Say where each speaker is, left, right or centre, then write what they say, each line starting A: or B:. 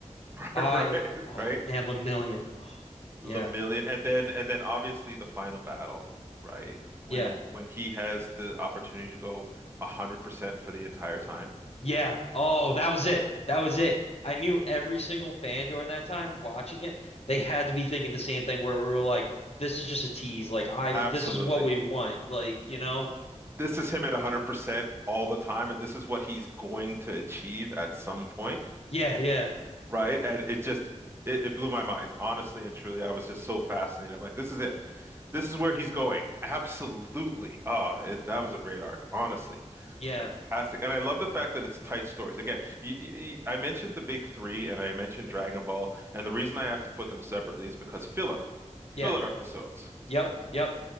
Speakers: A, on the right; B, on the left.
A: Right,
B: I
A: right,
B: oh
A: right.
B: man, Lemillion.
A: Lamillion,
B: Yeah.
A: And then and then obviously the final battle, right? When
B: Yeah.
A: when he has the opportunity to go 100% for the entire time.
B: Yeah. Oh, that was it. That was it. I knew every single fan during that time watching it, they had to be thinking the same thing where we were like, this is just a tease. Like I
A: Absolutely.
B: this is what we want. Like, you know?
A: This is him at 100% all the time, and this is what he's going to achieve at some point.
B: Yeah, yeah,
A: right? And it just it, it blew my mind. Honestly and truly, I was just so fascinated. I'm like, this is it. This is where he's going. Absolutely. Ah, it, that was a great arc, honestly.
B: yeah,
A: Fantastic. And I love the fact that it's tight stories. Again, y y y- I mentioned the big three and I mentioned Dragon Ball, and the reason I have to put them separately is because filler, filler
B: yeah.
A: episodes.
B: Yep, yep.